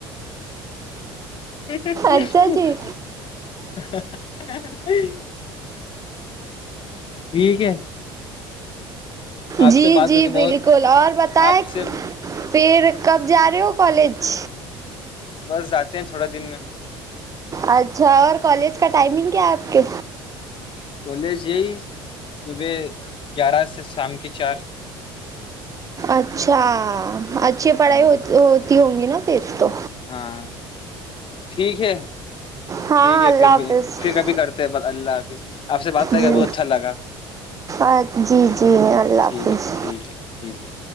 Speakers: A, on the left; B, on the right.
A: بہار
B: اچھا
A: کی اوج
B: جی
A: عا رہی ہے ٹھیک ہے آپ
B: جی
A: سے بات
B: جی
A: کر کے
B: بالکل
A: بہت
B: اور بتائےیں
A: آپ سے
B: پھر کب جا رہے ہو کالج
A: بس جاتے ہیں تھوڑا دن میں
B: اچھا اور کالج کا ٹائمنگ کیا آپ کے
A: کالج یہی صبح گیارہ سے شام کے چار
B: اچھا اچھی پڑھائی
A: ہاں
B: ہو ہو ہووں گی نہ پھر تو
A: ہاں ٹھیک ہے
B: ہاں
A: ٹھیک ہے
B: اللہ
A: پھر
B: حافظ
A: بھی پھر کبھی کرتے ہیں ب اللہ حافظ آپ سے بات کر
B: جی
A: کے بہت اچھا لگا
B: آ- جی
A: ٹھیک
B: جی
A: ہے
B: اللہ حافظ
A: ٹھیک ہے ٹھیک ہے ٹھیک ہے